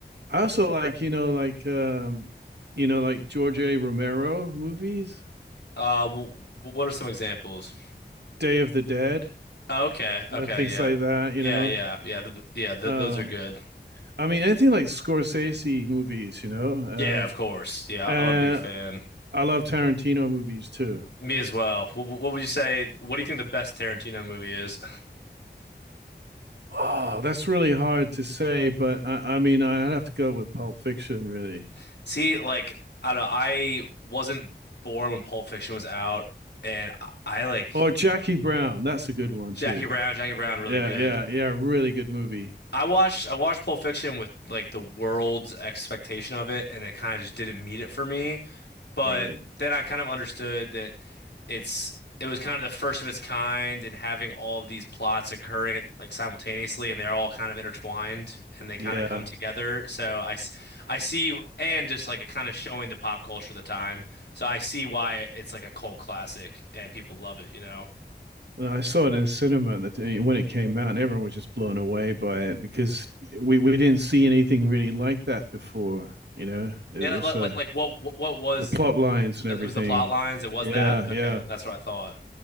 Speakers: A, on the right; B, on the left.
A: I also like, you know, like, um, you know, like George A. Romero movies,
B: Uh w what are some examples?
A: Day of the Dead,
B: Oh, okay. Okay,
A: and things
B: yeah.
A: like that. You
B: Yeah,
A: know,
B: yeah. Yeah, th yeah, th
A: um,
B: those are good.
A: I mean, anything like Scorsese movies. You know,
B: Yeah, of course. Yeah,
A: uh, and
B: I'm a big fan.
A: I love Tarantino movies too.
B: Me as well. What, what would you say? What do you think the best Tarantino movie is?
A: Oh, that's really hard to say, but I, I mean, I'd have to go with Pulp Fiction, really,
B: <laughs> See, like I don't know, I wasn't born when Pulp Fiction was out, and I, I like
A: or Jackie Brown. That's a good one
B: Jackie
A: too.
B: Brown. Jackie Brown really
A: Yeah,
B: good.
A: yeah, yeah. Really good movie.
B: I watched I watched Pulp Fiction with like the world's expectation of it, and it kind of just didn't meet it for me. But
A: Right.
B: then I kind of understood that it's it was kind of the first of its kind and having all of these plots occurring at, like simultaneously and they're all kind of intertwined and they kind
A: Yeah.
B: of come together. So I, s- I see and just like it kind of showing the pop culture of the time. So I see why it's like a cult classic and people love it, you know.
A: And I saw it in the cinema that uh, when it came out, and everyone was just blown away by it because we, we didn't see anything really like that before. You know, it
B: And
A: was
B: like
A: uh,
B: like, like what what was
A: the plot lines and
B: it
A: everything.
B: was the plot lines, it was
A: Yeah,
B: that. Okay,
A: yeah.
B: that's what I thought.